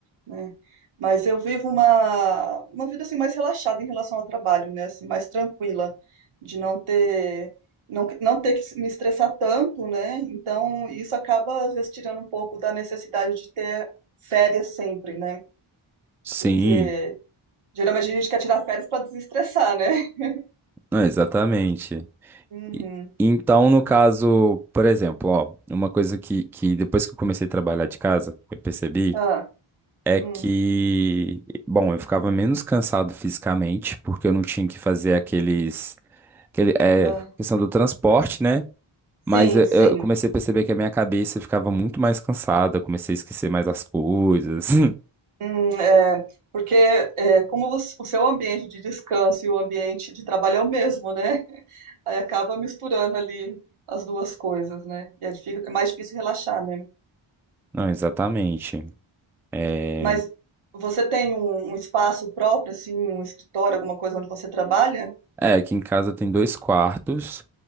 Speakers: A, on the right (about 80°); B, in the centre.
A: né? Mas eu vivo uma, uma vida assim mais relaxada em relação ao trabalho, né? Assim, mais tranquila, de não ter não, que- não ter que se- me estressar tanto, né? Então isso acaba às vezes tirando um pouco da necessidade de ter férias sempre, né?
B: Sim,
A: Porque geralmente a gente quer tirar férias para desestressar, né? <laughs>
B: não, exatamente.
A: Uhum.
B: E- Então, no caso, por exemplo, ó, uma coisa que, que depois que eu comecei a trabalhar de casa, eu percebi.
A: Ah,
B: É
A: hum,
B: que, bom, eu ficava menos cansado fisicamente, porque eu não tinha que fazer aqueles, aquele, é,
A: ah.
B: questão do transporte, né?
A: Sim,
B: Mas eu,
A: sim.
B: eu comecei a perceber que a minha cabeça ficava muito mais cansada, eu comecei a esquecer mais as coisas. <laughs>
A: Hum, é, porque é, como você- o seu ambiente de descanso e o ambiente de trabalho é o mesmo, né? <laughs> Aí acaba misturando ali as duas coisas, né? E é, difí- é mais difícil relaxar, né?
B: Não, exatamente. É,
A: Mas você tem um, um espaço próprio, assim, um escritório, alguma coisa onde você trabalha?
B: é, aqui em casa tem dois quartos,